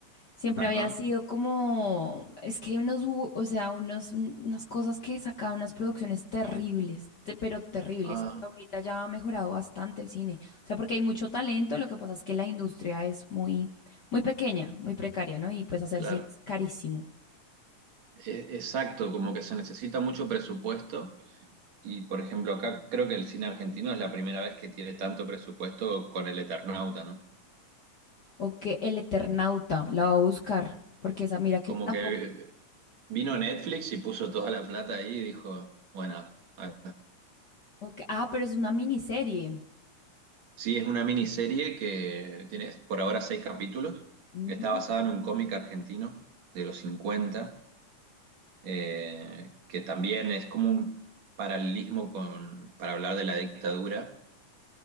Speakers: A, on the left; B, on the right.
A: siempre
B: Ajá.
A: había sido como, es que hay unos, u- o sea, unos, un- unas cosas que sacaban unas producciones terribles, te- pero terribles.
B: Ah,
A: Y ahorita ya ha mejorado bastante el cine. O sea, porque hay mucho talento, lo que pasa es que la industria es muy, muy pequeña, muy precaria, ¿no? Y pues hacer
B: claro.
A: cine es carísimo.
B: E- Exacto, como que se necesita mucho presupuesto y por ejemplo acá creo que el cine argentino es la primera vez que tiene tanto presupuesto con el Eternauta, ¿no?
A: O que El Eternauta, la voy a buscar, porque esa, mira que
B: Como
A: tampoco.
B: que vino Netflix y puso toda la plata ahí y dijo, bueno, a-
A: ok, Ah, pero es una miniserie.
B: sí es una miniserie que tiene por ahora seis capítulos,
A: Mm,
B: está basada en un cómic argentino de los 50, eh, que también es como un paralelismo con, para hablar de la dictadura